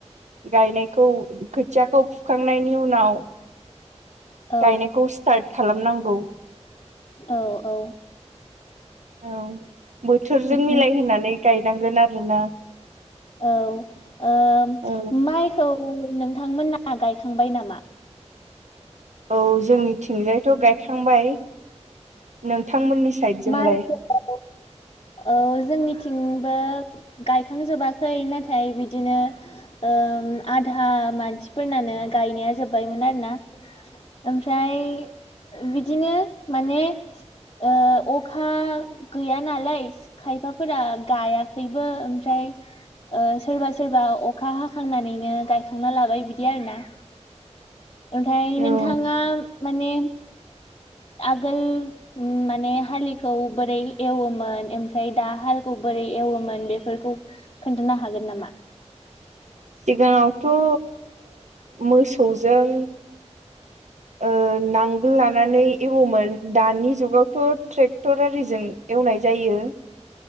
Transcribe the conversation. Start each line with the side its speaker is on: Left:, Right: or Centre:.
Right: गायनायखौ खोथियाखौ फुखांनायनि उनाव
Left: औ
Right: गायनायखौ स्टार्ट खालामनांगौ
Left: औ औ
Right: औ बोथोरजों
Left: उम,
Right: मिलाय होनोनानै गायनांगोन आरोना
Left: औ ओ
Right: औ
Left: माइखौ नोंथांमोना गायखांबाय नामा?
Right: औ जोंनिथिंजायथ' गायखांबाय नोंथांमोननि साइदजोंलाय?
Left: माइखौ औ औ जोंनिथिंबो गायखांजोबाखै नाथाय बिदिनो ओ आधा मानसिफोरनानो गायनाया जोबबायमोन आर ना ओमफ्राय बिदिनो माने ओ अखा गैया नालाय खायफाफोरा गायाखैबो ओमफ्राय ओ सोरबा सोरबा अखा हाखांनानैनो गायखांना लाबाय बिदि आरोना ओमफ्राय
Right: औ
Left: नोंथाङा माने आगोल ओम माने हालिखौ बोरै एवोमोन ओमफ्राय दा हालखौ बोरै एवोमोन बेफोरखौ खोनथानो हागोन नामा?
Right: सिगाङावथ' ओ मोसौजों
Left: <unintelligible>
Right: ओ नांगोल लानानै एवोमोन दानि जुगावथ' ट्रेक्टर आरिजों एवनाय जायो